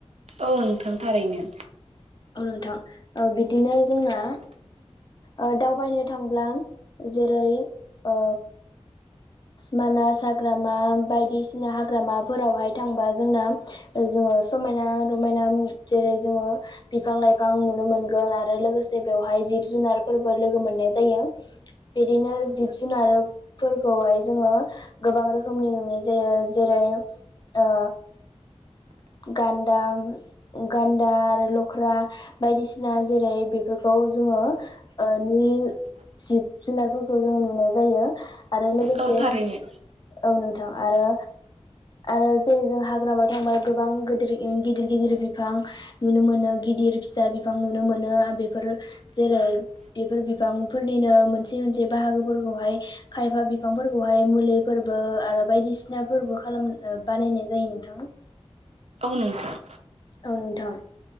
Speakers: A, on the right; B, on the left.
A: औ नोंथां थारैनो।
B: औ नोंथां बिदिनो जोंना ओ दावबायनो थांब्ला जेरै ओ मानास हाग्रामा बायदिसिना हाग्रामाफोरावहाय थांबा जोंना जोङो समायना रमायना जेरै जोङो बिफां लाइफां नुनो मोनगोन आरो लोगोसे बेवहाय जिब जुनारफोरबो लोगो मोननाय जायो। बिदिनो
A: औ नोंथां
B: जिब जुनारफोरखौहाय जोङो गोबां रोखोमनि नुनाय जायो जेरै ओ गान्दा गान्दा आरो लख्रा बायदिसिना जेरै बेफोरखौ जोङो नुयि जिब जुनारफोरखौ जों नुनाय जायो। आरो लोगोसे
A: औ थारैनो
B: औ नोंथां आरो आरो जेरै जों हाग्रामायाव थांब्ला गोबां गिदिर गिदिर गिदिर बिफां नुनो मोनो गिदिर फिसा बिफां नुनो मोनो बेफोर जेरै बेफोर बिबांफोरनिनो मोनसे मोनसे बाहागोफोरखौहाय खायफा बिफांफोरखौहाय मुलिफोरबो आरो बायदिसिना फोरबो खालाम बानायनाय जायो नोंथां।
A: औ नोंथांं
B: औ नोंथां